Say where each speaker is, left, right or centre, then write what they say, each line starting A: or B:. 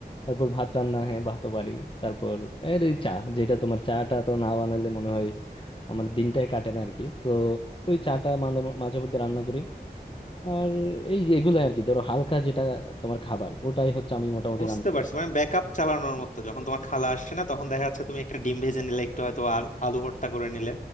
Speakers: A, on the left (about 30°); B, on the left (about 50°).
A: তারপর ভাত রান্না হ্যাঁ ভাতও পারি তারপর এর এই চা যেটা তোমার চাটা তো না বানালে মনে হয় আমার দিনটাই কাটে না আর কি তো ওই চাটা মাঝে মাঝে মধ্যে রান্না করি আর এই যে এগুলো আর কি ধরো হালকা যেটা তোমার খাবার ওটাই হচ্ছে আমি মোটামুটি
B: বুঝতে
A: রান্না করি
B: পারছি মানে ব্যাকআপ চালানোর মতো যখন তোমার খালা আসে না তখন দেখা যাচ্ছে তুমি একটা ডিম ভেজে নিলে একটু হয়তো আর আলু ভর্তা করে নিলে